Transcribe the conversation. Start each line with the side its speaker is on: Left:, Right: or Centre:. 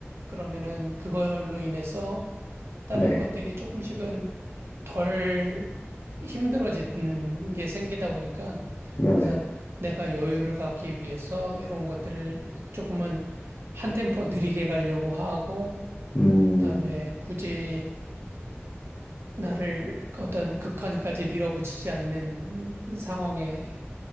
Right: 그러면은 그걸로 인해서 다른
Left: 네,
Right: 것들이 조금씩은 덜 힘들어지는 게 생기다 보니까
Left: 네네.
Right: 그래서 내가 여유를 갖기 위해서 이런 것들을 조금은 한 템포 느리게 가려고 하고
Left: 음,
Right: 그다음에 굳이 나를 어떤 극한까지 밀어붙이지 않는 상황에